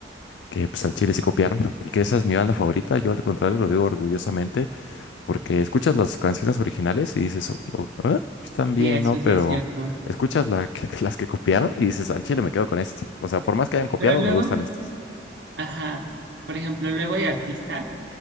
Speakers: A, on the left; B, on the right.
A: que pues, al Chile se copiaron y que esa es mi banda favorita. Yo al contrario lo digo orgullosamente porque escuchas las canciones originales y dices, "Oh, oh, ah, están bien,
B: sí, eso
A: ¿no?
B: sí
A: Pero
B: es cierto.
A: escuchas la que- <laughs> las que copiaron y dices, al chile me quedo con esto. O sea, por más que hayan copiado,
B: Pero luego,
A: me gustan estas.
B: ajá, por ejemplo, luego hay artistas.